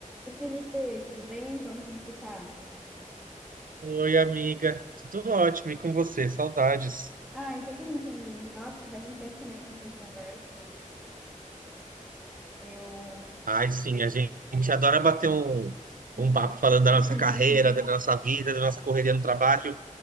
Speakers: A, in the centre; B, on the right.
A: Oi, Felipe, tudo bem? Como que você tá?
B: Oi, amiga. Tudo ótimo, e com você? Saudades.
A: Ah, eu tô bem também. Nossa, faz um tempo, né, que a gente não conversa aí. Eu
B: Ai, sim, a gente adora bater um,
A: um
B: um
A: papo.
B: papo falando da
A: <laughs>
B: nossa carreira, da nossa vida, da nossa correria no trabalho.